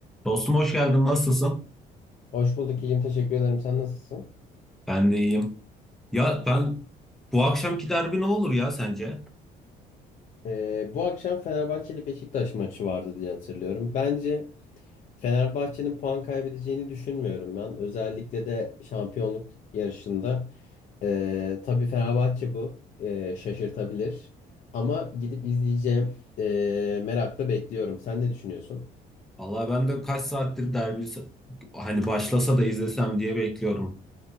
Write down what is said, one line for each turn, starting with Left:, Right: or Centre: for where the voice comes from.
Centre: Dostum hoş geldin. Nasılsın?
Left: Hoş bulduk İyiyim teşekkür ederim. Sen nasılsın?
Centre: Ben de iyiyim. Ya ben bu akşamki derbi ne olur ya sence?
Left: Ee, bu akşam Fenerbahçe ile Beşiktaş maçı vardı diye hatırlıyorum. Bence Fenerbahçe'nin puan kaybedeceğini düşünmüyorum ben. Özellikle de şampiyonluk yarışında. Ee, tabii Fenerbahçe bu. Ee, şaşırtabilir. Ama gidip izleyeceğim. Ee, merakla bekliyorum. Sen ne düşünüyorsun?
Centre: Vallahi ben de kaç saattir derbi hani başlasa da izlesem diye bekliyorum.